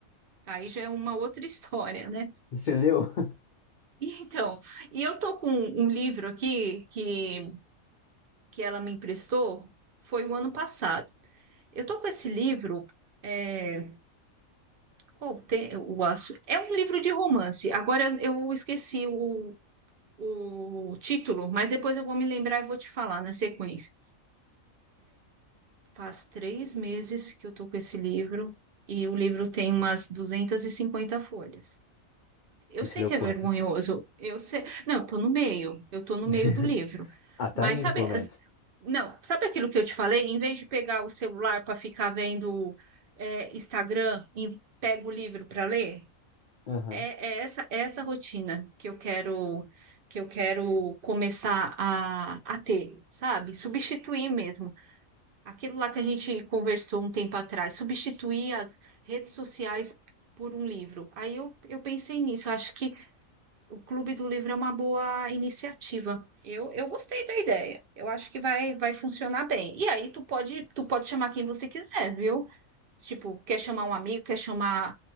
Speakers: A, on the right (about 50°); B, on the left (about 60°).
A: Aí já é uma outra <laughs> história, né?
B: Você leu?
A: Então, e eu tô com um livro aqui que que ela me emprestou foi o ano passado. Eu estou com esse livro. É, qual tem, o, assu- é um livro de romance. Agora eu esqueci o, o título, mas depois eu vou me lembrar e vou te falar na sequência. Faz três meses que eu estou com esse livro e o livro tem umas 250 folhas.
B: <laughs>
A: Eu
B: E
A: sei
B: você leu
A: que
B: quantos?
A: é vergonhoso, eu sei. Não, tô no meio, eu tô no
B: <laughs>
A: meio do livro.
B: Ah, tá
A: Mas
B: indo,
A: sabe,
B: pelo
A: as-
B: menos.
A: não, sabe aquilo que eu te falei? Em vez de pegar o celular para ficar vendo é, Instagram e pega o livro para ler,
B: Aham.
A: é, é essa é essa rotina que eu quero que eu quero começar a, a ter, sabe? Substituir mesmo. Aquilo lá que a gente conversou um tempo atrás, substituir as redes sociais por um livro. Aí eu, eu pensei nisso, eu acho que o Clube do Livro é uma boa iniciativa. Eu, eu gostei da ideia. Eu acho que vai, vai funcionar bem. E aí tu pode, tu pode chamar quem você quiser, viu? Tipo, quer chamar um amigo, quer chamar